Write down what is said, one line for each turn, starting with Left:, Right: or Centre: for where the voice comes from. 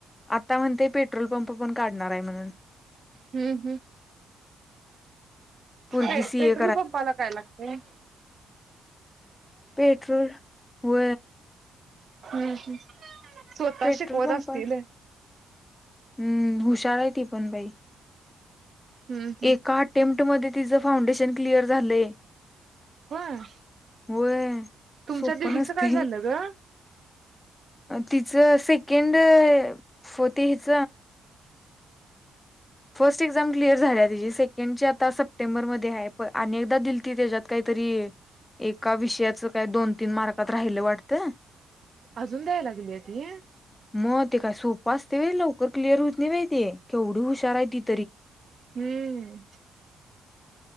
Left: आता म्हणते पेट्रोल पंप पण काढणार आहे म्हण
Right: हम्म हम्म
Left: पोरगी
Right: प
Left: सीए
Right: पेट्रोल पंपाला काय लागते
Left: पेट्रोलोल व
Right: हम्म हम् स्वतः
Left: पेट्रोल
Right: शिकवत
Left: पंप
Right: असतील
Left: हम्म हुशार आहे ती पण बाई
Right: हम्म हम्म
Left: एका अटेम्प्टमध्ये तिचं फाउंडेशन क्लिअर झालंय
Right: होय
Left: होय
Right: तुमच्या
Left: सोप
Right: दिदीचं
Left: नचते
Right: काय झालं ग
Left: तिचं सेकंड फोथ हेच फर्स्ट एक्झाम क्लिअर झाली त सेकंड ची आता सप्टेंबर मध्ये आहे दिलती त्याच्यात काहीतरी एका विषयाच काय दोन तीन मार्कात राहिलं वाटतं.
Right: अजून द्यायला गेली आहे ती?
Left: मग ते काय सोपं असते व लवकर क्लिअर होत नाही माहिती केवढी हुशार आहे तिथ-
Right: हम्म...